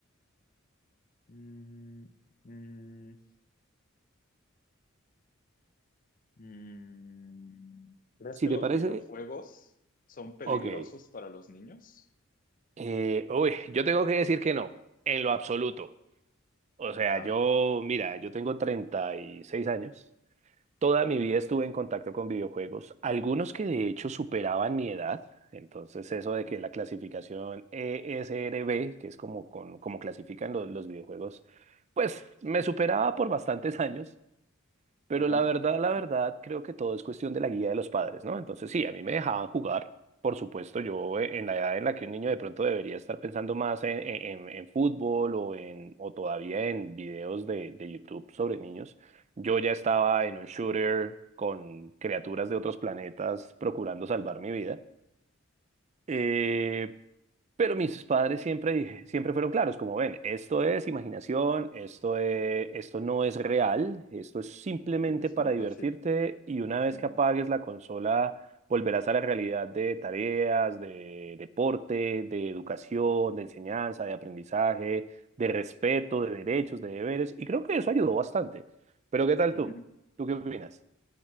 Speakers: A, on the left; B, on the right.
A: Mm, mm, mm. ¿crees
B: Si
A: que
B: te
A: los
B: parece,
A: videojuegos son peligrosos
B: ok.
A: para los niños?
B: Eh, uy, yo tengo que decir que no, en lo absoluto. O sea,
A: Ajá,
B: yo, mira, yo tengo 36 años. Toda
A: ajá,
B: mi vida estuve en contacto con videojuegos, algunos que de hecho superaban mi edad. Entonces, eso de
A: ajá,
B: que la clasificación ESRB, que es como, con- como clasifican los, los videojuegos, pues me superaba por bastantes <laughs> años. Pero
A: ajá.
B: la verdad, la verdad,
A: <laughs>
B: creo que todo es cuestión de la guía de los padres, ¿no? Entonces, sí, a mí me dejaban jugar. Por supuesto, yo eh, en la edad en la que un niño de pronto debería estar pensando más en, en- en fútbol o, en, o todavía en videos de, de YouTube sobre niños, yo ya estaba en un shooter con criaturas de otros planetas procurando salvar mi vida. Eh, pero mis padres siempre dije, siempre fueron claros, como ven, esto es imaginación, esto es- esto no es real, esto es simplemente
A: Es
B: para
A: fantasía.
B: divertirte y una vez
A: Ujú,
B: que apagues la consola volverás a la realidad de tareas, de deporte, de educación, de enseñanza, de aprendizaje, de respeto, de derechos, de deberes y creo que eso ayudó bastante. Pero ¿qué tal
A: ujú.
B: tú? ¿Tú qué opinas?